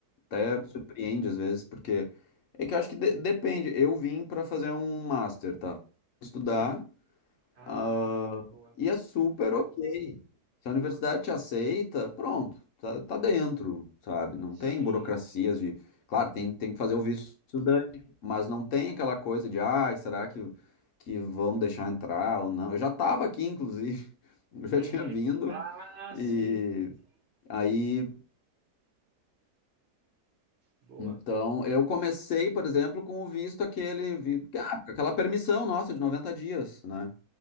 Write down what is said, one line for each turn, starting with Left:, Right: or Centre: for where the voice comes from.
Left: até surpreende às vezes, porque é que eu acho que de- depende. Eu vim para fazer um master, tá? Estudar.
Right: Sim. Ah,
Left: Ah,
Right: boa.
Left: e é super ok. Se a universidade te aceita, pronto, tá, tá dentro, sabe? Não tem
Right: Sim,
Left: burocracias de. Claro, tem, tem que fazer o visto estudante, mas não tem aquela coisa de, ai, será que, que vão deixar entrar ou não? Eu já estava aqui, inclusive, <laughs> eu
Right: entendi.
Left: já tinha vindo,
Right: Ah,
Left: e
Right: sim, sim, sim.
Left: aí,
Right: Boa,
Left: então, eu comecei, por exemplo, com o visto aquele, vi- ah, aquela permissão nossa de 90 dias, né?